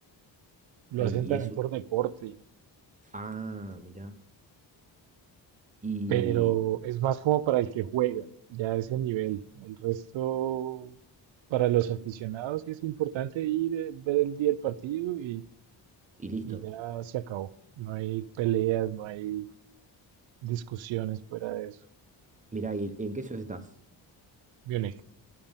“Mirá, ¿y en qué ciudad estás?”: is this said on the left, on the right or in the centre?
Right